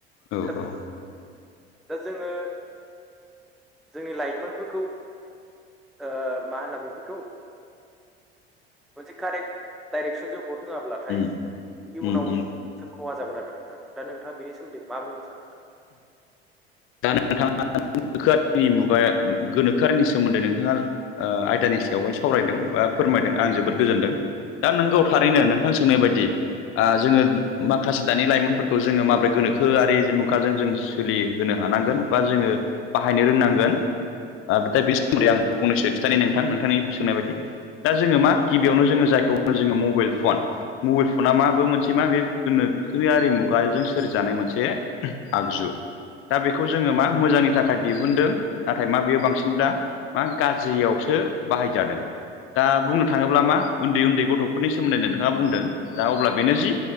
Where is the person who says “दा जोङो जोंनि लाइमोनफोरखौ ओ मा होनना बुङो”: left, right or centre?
Centre